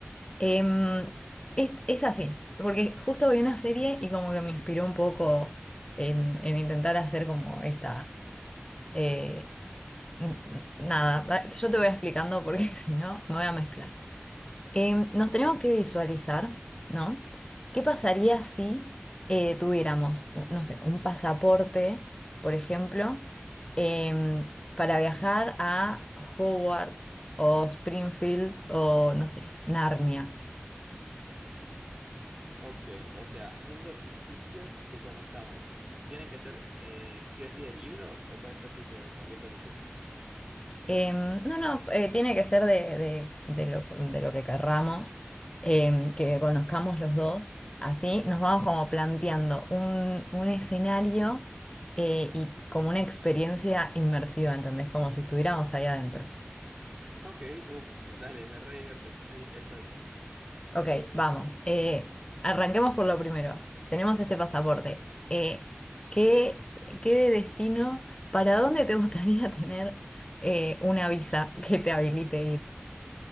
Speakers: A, on the left; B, on the right.
A: Em, es, es así, porque justo vi una serie y como que me inspiró un poco en, en intentar hacer como esta... eh, N- n- Nada, va- yo te voy explicando porque <laughs> si no me voy a mezclar. Em, nos tenemos que visualizar, ¿no? ¿Qué pasaría si eh, tuviéramos, u- no sé, un pasaporte, por ejemplo, em, para viajar a Hogwarts o Springfield o, no sé, Narnia?
B: Ok, o sea, mundos ficticios que conozcamos. ¿Tienen que ser eh, sí o sí de libros o puede ser tipo de cualquier película?
A: Em, no, no, eh, tiene que ser de, de- de lo, de lo que querramos, em, que conozcamos los dos. Así nos vamos como planteando un, un escenario eh, y como una experiencia inmersiva, ¿entendés? Como si estuviéramos ahí adentro.
B: Ok, uff, dale, me re divierte. Sí, estoy.
A: Ok, vamos. eh, arranquemos por lo primero. Tenemos este pasaporte. Eh, ¿qué, qué de destino? ¿Para dónde te gustaría <laughs> tener eh, una visa que te habilite